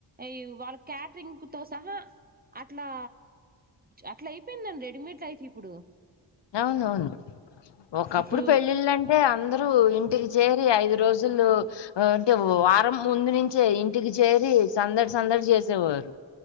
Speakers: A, on the right; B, on the left.
A: ఈ వాళ్ళ క్యాటరింగ్ తో సహా అట్లా అట్లా అయిపోయిందండి రెడీమేడ్ లైఫ్ ఇప్పుడు
B: అవునవును ఒకప్పుడు
A: ఇప్పుడు
B: పెళ్ళిళ్ళంటే అందరు అందరు ఇంటికి చేరి ఐదు రోజులు అంటే వారం ముందు నుంచే ఇంటికి చేరి సందడి సందడి చేసేవారు.